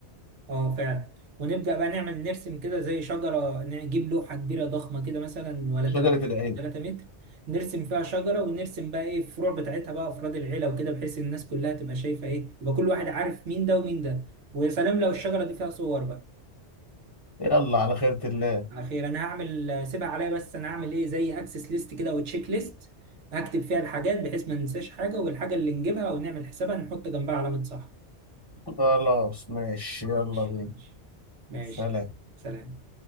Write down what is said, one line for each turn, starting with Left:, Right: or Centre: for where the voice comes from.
Right: اه فعلا ونبدأ بقى نعمل نرسم كده زي شجرة نجيب لوحة كبيرة ضخمة كده مثلا ولا
Left: شجره
Right: 3
Left: العيله
Right: 3 متر نرسم فيها شجرة ونرسم بقى ايه الفروع بتاعتها بقى افراد العيلة وكده بحيث الناس كلها تبقى شايفة ايه يبقى كل واحد عارف مين ده ومين ده ويا سلام لو الشجرة دي فيها صور بقى
Left: يلا على خيرة الله
Right: على خير انا هعمل سيبها عليا بس انا هعمل ايه زي اكسس ليست كده او تشيك ليست هكتب فيها الحاجات بحيث ما ننساش حاجة والحاجة اللي نجيبها او نعمل حسابها نحط جنبها علامة صح
Left: خلاص ماشي يلا
Right: ماشي
Left: بينا
Right: ماشي ماشي
Left: سلام
Right: سلام